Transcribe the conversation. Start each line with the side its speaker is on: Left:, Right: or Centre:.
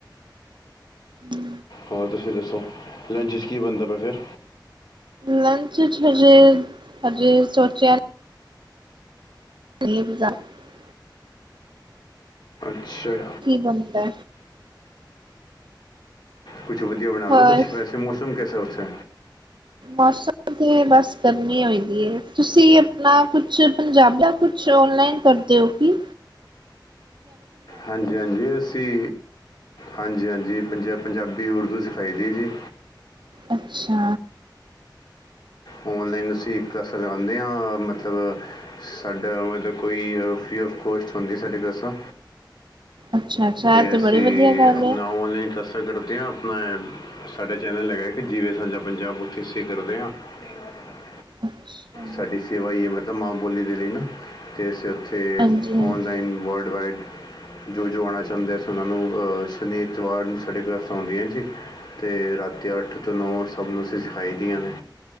Right: ਹੂੰ
Left: ਹੋਰ ਤੁਸੀਂ ਦੱਸੋ ਲੰਚ ਚ ਕੀ ਬਣਦਾ ਪਿਆ ਫਿਰ
Right: ਲੰਚ 'ਚ ਹਜੇ ਹਜੇ ਸੋਚਿਆ <unintelligible>
Left: ਅੱਛਾ
Right: ਕੀ ਬਣਦਾ
Left: ਕੁਛ ਵਧੀਆ ਬਣਾ ਲਉ
Right: ਹੋਰ
Left: ਕੁਛ ਵੈਸੇ ਮੌਸਮ ਕੈਸਾ ਉਥੇ
Right: ਮੌਸਮ ਤਾਂ ਬਸ ਗਰਮੀ ਹੋਏਗੀ ਹੈ ਤੁਸੀਂ ਆਪਣਾ ਕੁਛ ਪੰਜਾਬ ਦਾ ਕੁਛ ਔਨਲਾਈਨ ਕਰਦੇ ਹੋ ਕਿ
Left: ਹਾਂਜੀ, ਹਾਂਜੀ, ਅਸੀਂ ਹਾਂਜੀ, ਹਾਂਜੀ। ਪੰਜ ਪੰਜਾਬੀ ਉਰਦੂ ਸਿਖਾਈ ਦੀ ਹੈ ਜੀ।
Right: ਅੱਛਾ।
Left: ਔਨਲਾਈਨ ਅਸੀਂ ਇਕ ਲਗਾਂਣੇ ਆ ਮਤਲਬ ਸਾਡਾ ਮਤਲਬ ਕੋਈ ਫਰੀ ਆਫ ਕੋਸਟ ਹੁੰਦੀ ਸਾਡੀ ਕਲਾਸਾਂ
Right: ਅੱਛਾ, ਅੱਛਾ ਇਹ ਤੇ
Left: ਅਸੀਂ
Right: ਬੜੀ ਵਧੀਆ ਗੱਲ
Left: ਆਪਣਾ
Right: ਏ।
Left: ਔਨਲਾਈਨ ਕਰਦੇ ਹਾਂ ਆਪਣਾ ਸਾਡਾ ਚੈਨਲ ਹੈਗਾ ਕਿ ਜਿਵੇਂ ਸਾਂਝਾ ਪੰਜਾਬ ਉੱਥੇ ਅਸੀਂ ਕਰਦੇ ਹਾਂ। <inaudible>
Right: ਅੱਛਾ,
Left: ਸਾਡੀ ਸੇਵਾ ਹੀ ਮਤਲਬ ਤਾਂ ਮਾਂ ਬੋਲੀ ਦੇਨੀ ਨਾ ਤੇ ਅਸੀ ਤੇ
Right: ਹਾਂਜੀ, ਹਾਂਜੀ।
Left: ਔਨਲਾਈਨ ਵਰਲਡ ਵਾਈਡ ਜੋ ਜੋ ਆਣਾ ਚਾਹੁੰਦੇ ਅਸੀਂ ਉਹਨਾਂ ਨੂੰ ਸ਼ਨੀ ਐਤਵਾਰ ਨੂੰ ਸਾਡੀ ਕਲਾਸਾਂ ਹੁੰਦੀਆਂ ਜੀ ਤੇ ਰਾਤੀ ਅੱਠ ਤੋਂ ਨੌ ਸਭ ਨੂੰ ਸਿਖਾਈ ਦੀਆਂ ਨੇ।